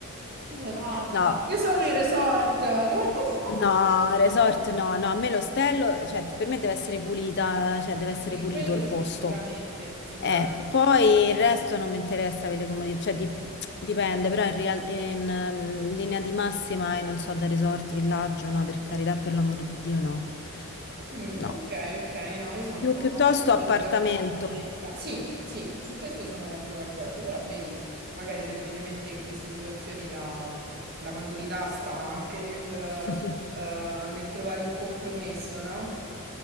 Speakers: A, on the right (about 45°); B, on the left (about 50°).
A: tu sei pazza.
B: no.
A: Io sono i resort. <laughs> Dove sono?
B: No, resort no, no, a me l'ostello, cioè per me deve essere pulita, cioè deve essere
A: Sì,
B: pulito
A: quello
B: il
A: sì,
B: posto.
A: sicuramente, sicuramente.
B: Eh, poi il resto non mi interessa avere le comodità, cioè dip- dipende, però in, real- in, ehm, linea di massima, e non so, da resort, villaggio, no, per carità, per l'amor di Dio, no.
A: Mm,
B: No.
A: ok, ok, no, io sono
B: Più,
A: un po'
B: piuttosto
A: tricky
B: appartamento.
A: da quel punto di vista. Sì, sì, su questo sono, sono d'accordo, però vedi, magari semplicemente in queste situazioni la, la maturità sta anche nel, eh,
B: <laughs>
A: nel trovare un compromesso, no?